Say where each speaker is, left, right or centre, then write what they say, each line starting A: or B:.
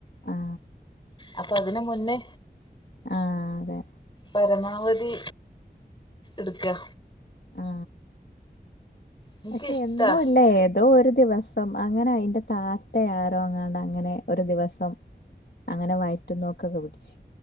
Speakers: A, on the left; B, on the left.
A: ആ
B: അപ്പൊ അതിന് മുന്
A: ആ അതെ
B: പരമാവധി ഇട്ക്കാ
A: ആ
B: എനിക്കിഷ്ടാ
A: പക്ഷെ എന്നു ഇല്ല ഏതോ ഒര് ദിവസം അങ്ങനെ യിന്റെ താത്ത ആരോ അങ്ങാണ്ട് അങ്ങനെ ഒരു ദിവസം അങ്ങനെ വായിറ്റു നോക്കൊക്കെ പിടിച്ച്